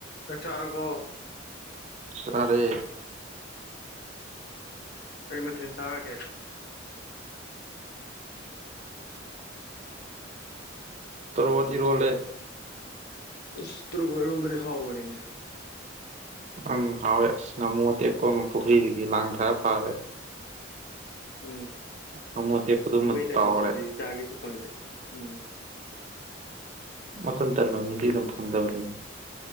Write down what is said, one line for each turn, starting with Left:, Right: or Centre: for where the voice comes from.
Left: ꯆꯥꯛ ꯆꯥꯔꯕꯣ꯫
Right: ꯆꯥꯔꯦ
Left: ꯀꯩ ꯃꯊꯦꯜ ꯆꯥꯔꯒꯦ
Right: ꯇꯣꯔꯣꯕꯣꯠ ꯏꯔꯣꯟꯂꯦ
Left: ꯏꯁ ꯇꯣꯔꯣꯕꯣꯠ ꯏꯔꯣꯟꯕꯗꯤ ꯍꯥꯎꯕꯅꯤꯅꯦ
Right: ꯑꯪ ꯍꯥꯎꯋꯦ ꯑꯁ ꯉꯥꯃꯨ ꯑꯇꯦꯛꯄ ꯑꯃ ꯄꯨꯈ꯭ꯔꯤꯗꯒꯤ ꯂꯥꯡ ꯊꯥꯛꯑ ꯐꯥꯔꯦ
Left: ꯎꯝ ꯑꯩꯈꯣꯏ
Right: ꯉꯥꯃꯨ ꯑꯇꯦꯛꯄꯗꯨꯃ
Left: ꯂꯥꯏꯕꯛꯁꯤꯗꯤ
Right: ꯇꯥꯎꯔꯦ
Left: ꯆꯥꯒꯦꯁꯨ ꯐꯪꯗꯦ ꯎꯝ
Right: ꯃꯇꯟ ꯇꯟꯕ ꯃꯤꯗꯤ ꯑꯗꯨꯝ ꯐꯪꯗꯕꯅꯤ